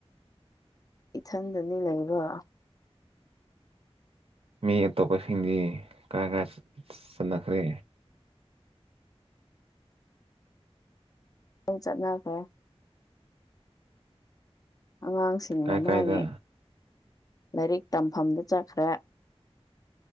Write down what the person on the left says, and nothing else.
ꯏꯊꯟꯗꯅꯤ ꯂꯩꯕ
ꯗꯨꯝ ꯆꯠꯅꯈ꯭ꯔꯦ ꯑꯉꯥꯡꯁꯤꯡꯅ
ꯃꯣꯏꯒꯤ
ꯂꯥꯏꯔꯤꯛ ꯇꯝꯐꯝꯗ ꯆꯠꯈ꯭ꯔꯦ